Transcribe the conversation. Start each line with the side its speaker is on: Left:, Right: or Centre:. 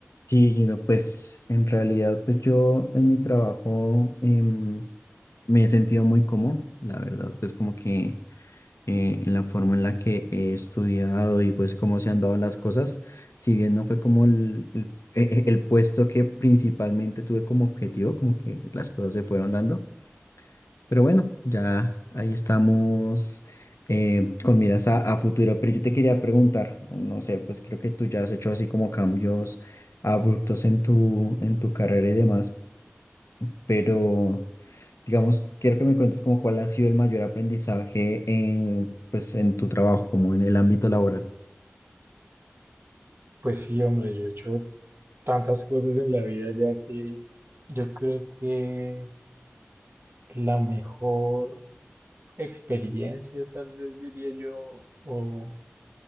Left: Sí, Gino, pues en realidad, pues yo en mi trabajo em, me he sentido muy cómodo, la verdad, pues como que eh, en la forma en la que he estudiado y pues cómo se han dado las cosas, si bien no fue como el, el, e- e- el puesto que principalmente tuve como objetivo, como que las cosas se fueron dando. Pero bueno, ya ahí estamos eh, con miras a, a futuro. Pero yo te quería preguntar, no sé, pues creo que tú ya has hecho así como cambios abruptos en tu, en tu carrera y demás, pero digamos, quiero que me cuentes como cuál ha sido el mayor aprendizaje en, pues, en tu trabajo, como en el ámbito laboral.
Right: Pues sí, hombre, yo he hecho tantas cosas en la vida ya que yo creo que la mejor experiencia, tal vez diría yo, o